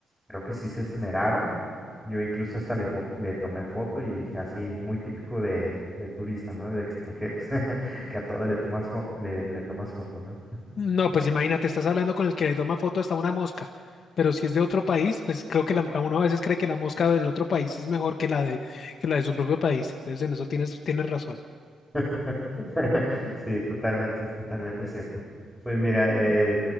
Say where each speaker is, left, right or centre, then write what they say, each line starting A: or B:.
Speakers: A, in the centre; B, on the left.
A: creo que sí se esmeraron Yo incluso hasta le, fo- le tomé foto y así, muy típico de, de turista, ¿no? De extranjeros, <laughs> que a todo le tomas, fo- le, le tomas foto, ¿no?
B: No, pues imagínate, estás hablando con el que le toma foto hasta una mosca, pero si es de otro país, pues creo que la- a uno a veces cree que la mosca del otro país es mejor que la de, que la de su propio país, entonces en eso tienes, tienes razón.
A: <laughs> Sí, totalmente, totalmente cierto. Pues mira, eh,